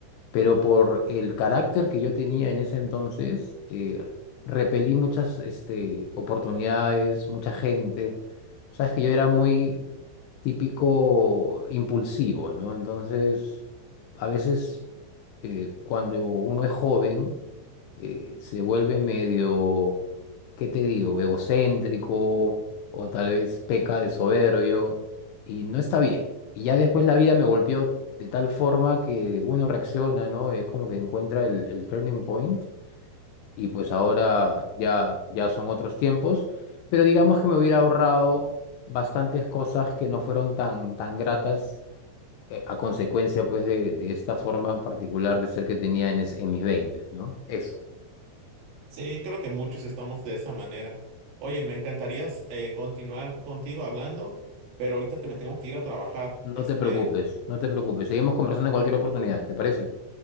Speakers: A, on the left (about 75°); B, on the right (about 75°).
A: pero por el carácter que yo tenía en ese entonces, eh, repelí muchas este, oportunidades, mucha gente. Sabes que yo era muy típico impulsivo, ¿no? Entonces, a veces eh, cuando uno es joven, eh, se vuelve medio, ¿qué te digo?, egocéntrico o tal vez peca de soberbio y no está bien. Y ya después la vida me golpeó de tal forma que uno reacciona, ¿no? Es como que encuentra el, el turning point y pues ahora ya, ya son otros tiempos, pero digamos que me hubiera ahorrado bastantes cosas que no fueron tan, tan gratas. eh, A consecuencia, pues, de, de esta forma particular de ser que tenía en, es- en mis veinte ¿no? Eso.
B: Sí, creo que muchos estamos de esa manera. Oye, me encantaría eh, continuar contigo hablando, pero ahorita te me tengo que ir a trabajar. Este,
A: No te preocupes, no te preocupes. Seguimos conversando en cualquier oportunidad, ¿te parece?